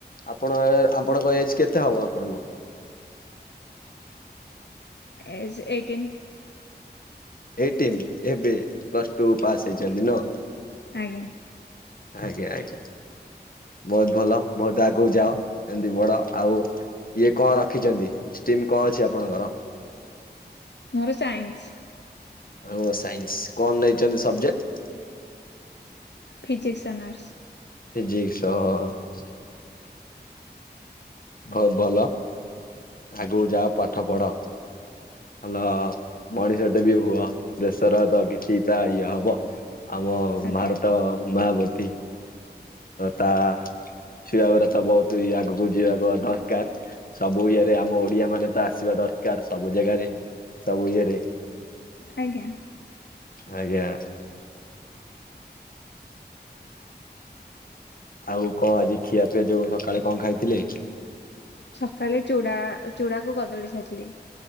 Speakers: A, on the left; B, on the left.
A: ଆପଣ ଏ ଆପଣଙ୍କ ଏଜ୍ କେତେ ହବ ଆପଣଙ୍କୁ?
B: Age eighteen.
A: ଏଇଟିନ୍ ଏବେ ପ୍ଲସ୍ ଟୁ ପାସ୍ ହେଇଛନ୍ତି ନୁହଁ।
B: ଆଜ୍ଞା।
A: ଆଜ୍ଞା ଆଜ୍ଞା। ବହୁତ ଭଲ ବହୁତ ଆଗକୁ ଯାଅ, ଏନିତି ବଡ। ଆଉ ଇଏ କଣ ରଖିଛନ୍ତି? ଟିମ୍ କଣ ଅଛି ଆପଣଙ୍କର?
B: ମୋର ସାଇନ୍ସ।
A: ହ ସାଇନ୍ସ, କଣ ନେଇଛନ୍ତି subject?
B: Physics and arts.
A: Physics ହଁ-ଅ-ଅ। ବହୁତ ଭଲ ଆଗକୁ ଯାଅ ପାଠ ପଢ। ଭଲ ମଣିଷଟେ ବି ହୁଅ ଦେଶର ତ କିଛି ଟା ଇଏ ହବ। ଆମ
B: ଆଜ୍ଞା
A: ଭାରତ <unintelligible> ତି ତା-ଆ-ଆ ଛୁଆ ଗୁଡାକ ବହୁତ ଇଏ ଆଗକୁ ଯିବା କଣ ଦରକାର ସବୁ ଇଏରେ ଆମ ଓଡିଆ ମାନେ ତ ଆସିବା ଦରକାର ସବୁ ଜାଗାରେ। ସବୁ ଇଏରେ।
B: ଆଜ୍ଞା।
A: ଆଜ୍ଞା। ଆଉ କଣ ଆଜି ଖିଆ ପିଆ ଯୋଉ ସକାଳେ କଣ ଖାଇଥିଲେ?
B: ସକାଳେ ଚୁଡ଼ା ଚୂଡାକୁ କଦଳୀ ଖାଇଥିଲି।